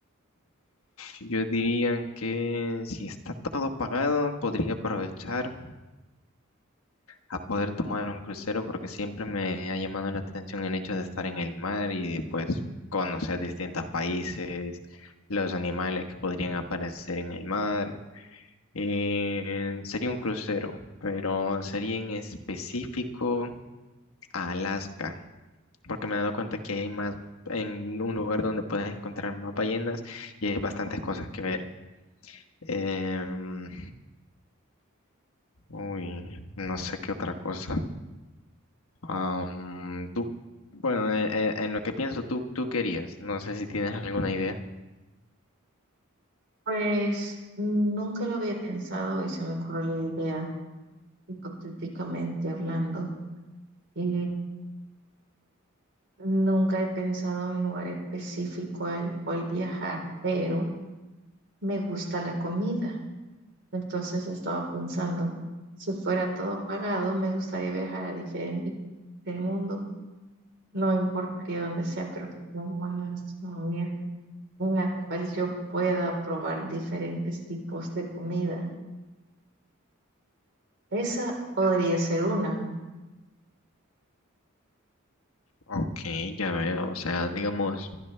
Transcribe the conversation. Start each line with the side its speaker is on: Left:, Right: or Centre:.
Left: yo diría que si está todo pagado, podría aprovechar. a poder tomar un crucero porque siempre me ha llamado la atención el hecho de estar en el mar y de, pues conocer distintos países, los animales que podrían aparecer en el mar. Eh, sería un crucero, pero sería en específico a Alaska, porque me he dado cuenta que hay más en un lugar donde puedes encontrar más ballenas y hay bastantes cosas que ver. Em, uy, no sé qué otra cosa. Am, tú, bueno, e- e- en, lo que pienso, tú, tú querías. No sé si tienes alguna idea.
Right: Pues nunca lo había pensado y se me ocurrió la idea, hipotéticamente hablando. Y nunca he pensado en un lugar específico al cual viajar, pero me gusta la comida. Entonces estaba pensando, si fuera todo pagado, me gustaría viajar a diferentes del mundo No importaría dónde sea, pero que tenga buena gastronomía en la cual yo pueda probar diferentes tipos de comida. Esa
Left: Ujú.
Right: podría ser una.
Left: Ok, ya veo. O sea, digamos,